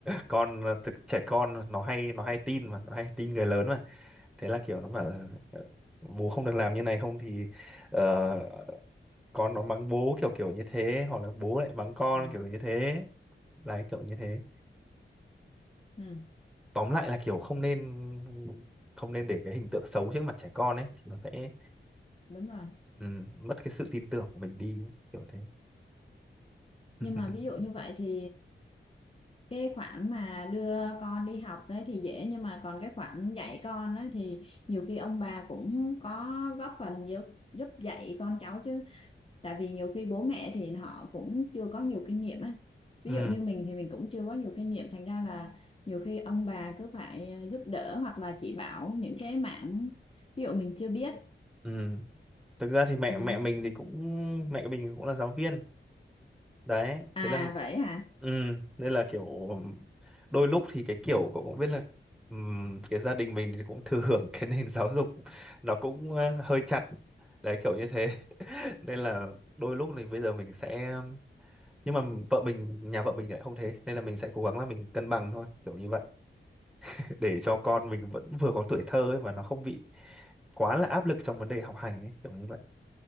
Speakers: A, in the centre; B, on the left (about 25°).
A: con ờ, thực trẻ con nó hay nó hay tin mà nó hay tin người lớn thế là kiểu nó bảo là "Ờ, bố không được làm như này không thì ờ, con nó mắng bố kiểu kiểu như thế hoặc là bố lại mắng con
B: ừ
A: kiểu như thế đấy kiểu như thế
B: ừ
A: tóm lại là kiểu không nên không nên để cái hình tượng xấu trước mặt trẻ con ấy nó sẽ
B: đúng rồi
A: ừ, mất cái sự tin tưởng của mình đi ấy, kiểu thế <laughs>
B: nhưng mà ví dụ như vậy thì cái khoản mà đưa con đi học đấy thì dễ nhưng mà còn cái khoản dạy con ấy thì nhiều khi ông bà cũng có góp phần giúp giúp dạy con cháu chứ tại vì nhiều khi bố mẹ thì họ cũng chưa có nhiều kinh nghiệm ấy
A: ừ
B: ví dụ như mình thì mình cũng chưa có nhiều kinh nghiệm thành ra là nhiều khi ông bà cứ phải giúp đỡ hoặc là chỉ bảo những cái mảng ví dụ mình chưa biết
A: ừ thực ra thì mẹ
B: ừ.
A: mẹ mình thì cũng mẹ mình cũng là giáo viên đấy
B: à
A: thế là
B: vậy hả
A: Ừ, nên là kiểu đôi lúc thì cái kiểu cậu cũng biết là ừm, cái gia đình mình thì cũng thừa hưởng <laughs> cái nền giáo dục nó cũng ờ, hơi chặt đấy kiểu như thế <laughs> nên là đôi lúc thì bây giờ mình sẽ nhưng mà vợ mình nhà vợ mình thì lại không thế nên là mình sẽ cố gắng là mình cân bằng thôi kiểu như vậy <laughs> để cho con mình vẫn vừa có tuổi thơ ấy mà nó không bị quá là áp lực trong vấn đề học hành ấy kiểu như vậy